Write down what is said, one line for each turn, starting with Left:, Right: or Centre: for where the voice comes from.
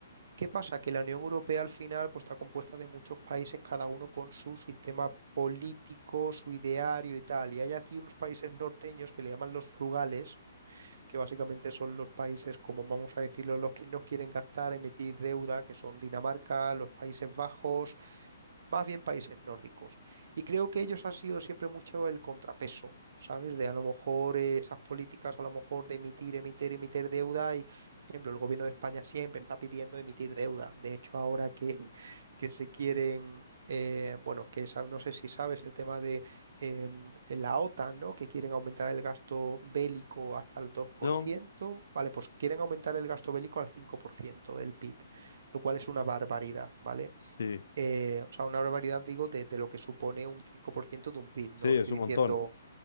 Right: ¿Qué pasa? Que la Unión Europea al final pues, está compuesta de muchos países, cada uno con su sistema político, su ideario y tal. Y hay aquí unos países norteños que le llaman los frugales que básicamente son los países, como vamos a decirlo, los que no quieren gastar, emitir deuda, que son Dinamarca, los Países Bajos, más bien países nórdicos. Y creo que ellos han sido siempre mucho el contrapeso, ¿sabes? De a lo mejor eh, esas políticas, a lo mejor de emitir, emitir, emitir deuda. Y, por ejemplo, el gobierno de España siempre está pidiendo emitir deuda. De hecho, ahora que, que se quieren... eh, bueno, que sab- no sé si sabes el tema de em, la OTAN, ¿no? Que quieren aumentar el gasto bélico hasta el dos por
Left: No,
Right: ciento ¿vale? Pues quieren aumentar el gasto bélico al 5% del PIB, lo cual es una barbaridad, ¿vale?
Left: sí,
Right: eh, o sea, una barbaridad digo de, de lo que supone un 5% de un PIB.
Left: sí,
Right: No estoy
Left: es un
Right: diciendo,
Left: montón,